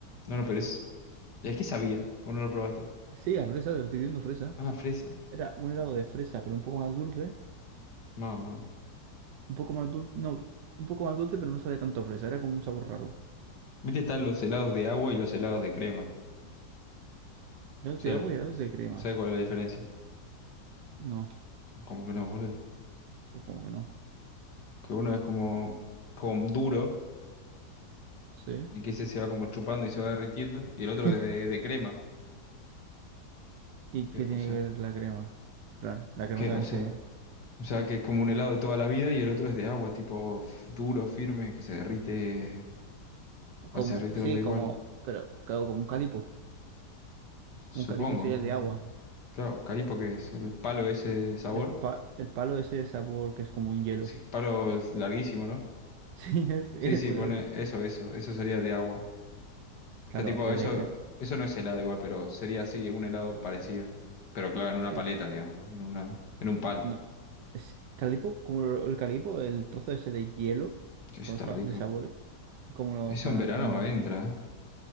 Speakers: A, on the left; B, on the right.
A: No, no, pero es... ¿El qué sabía? ¿O no lo probaste?
B: Sí, a fresa, te estoy diciendo fresa.
A: Ah, fresa.
B: Era un helado de fresa, pero un poco más dulce.
A: Mamá.
B: Un poco más dulce, no, un poco más dulce, pero no sabía tanto a fresa. Era como un sabor raro.
A: Viste, están los helados de agua y los helados de crema.
B: Helados
A: ¿Sabes,
B: de agua
A: lo que-
B: y helados de crema.
A: sabes cuál es la diferencia?
B: No,
A: Como que no, boludo.
B: pues como que no.
A: Que uno es como, como duro
B: Sí.
A: y que ese se va como chupando y se va derritiendo. Y el otro
B: <laughs>
A: es de, de crema.
B: ¿Y qué
A: Que,
B: tiene
A: o sea,
B: que ver la crema? Plan, la crema
A: que,
B: también
A: o sea...
B: se...
A: O sea, que es como un helado de toda la vida y el otro es de agua, tipo f- duro, firme, que se derrite,
B: Como,
A: o se derrite
B: sí,
A: los da igual.
B: como, pero claro, como un calipo.
A: Supongo.
B: Un calipo sería
A: es
B: el
A: un-
B: de agua.
A: Claro, calipo que es el palo ese de sabor.
B: El, pa- el palo ese de sabor que es como un hielo.
A: Sí, palo
B: <laughs>
A: es larguísimo, ¿no?
B: Sí, es, eso
A: Sí, sí, pone
B: es.
A: eso, eso, eso sería de agua.
B: Claro,
A: Pero tipo,
B: y el
A: eso,
B: de crema.
A: eso no es helado igual, pero sería así, un helado parecido. Pero claro, en una
B: Sí,
A: paleta, digamos, en una, en un palo.
B: No. Es calipo, como lo- el calipo, el trozo ese de hielo
A: Che, Eso
B: con
A: está
B: fa-
A: rico.
B: de sabores. Como lo,
A: Eso
B: ca-
A: en verano
B: como lo.
A: entra, ¿eh?